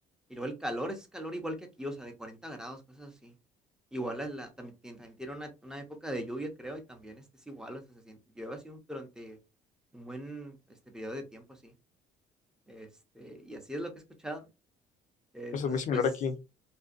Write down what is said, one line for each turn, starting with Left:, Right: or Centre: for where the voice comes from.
Centre: Y luego el calor, ese es calor igual que aquí, o sea, de 40 grados, cosas así. Igual es la, también, tien- también tiene una, una época de lluvia, creo, y también este es igual, o sea, se sien- llueve así un- durante un buen este, periodo de tiempo, así. Este, y así es lo que he escuchado. Eh, entonces,
Left: Eso es muy similar
Centre: pues,
Left: aquí.